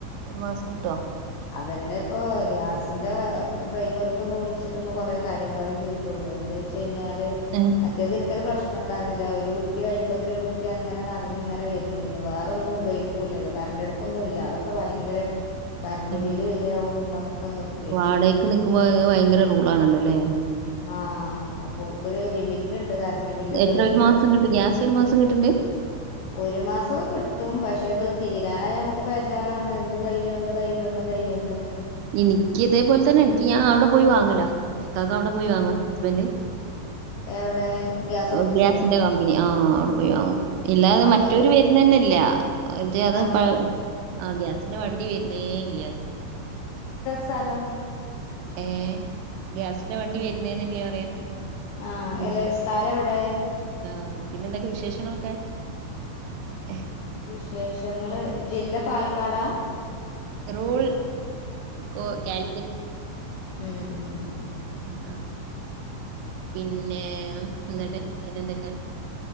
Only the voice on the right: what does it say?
ഒരു മാസം കിട്ടോ
ഏഹ്
ആഹ്
വാടകക്ക് ഭയങ്കര റൂളാണല്ലല്ലേ
എത്ര
ഒരു മാസം കിട്ടും ഗ്യാസ് ഒരു മാസം കിട്ടണ്ട്
ഇനിക്ക് ഇതേപോൽതന്നെ ഇനിക്ക് ഞാൻ അവിടെ പോയി വാങ്ങല ഇക്കാക്ക അവിടെ പോയി
വാങ്ങോ ഹസ്ബെൻ്റ്
ഓഗ്യാസിന്റെ കമ്പനി ആഹ് അവിടെ പോയി വാങ്ങും. ഇല്ലാതെ
മറ്റവര് വരുന്നേ ണില്ലാ എൻ്റെ
അത് പ ആ ഗ്യാസിന്റെ വണ്ടി വെരുന്നേ ഇല്ല്യ
ഏ ഗ്യാസിന്റെ വണ്ടി വെരുന്നേന്നില്ല്യാറിയോ
പിന്നെ
ആഹ് പിന്നെന്തൊക്കെ വിശേഷങ്ങളൊക്കെ എഹ്
റൂൾ കോ ക്യാലിക്കറ്റ്
ആ പിന്നെഉം ന്നിട്ട് പിന്നെന്തെക്കാ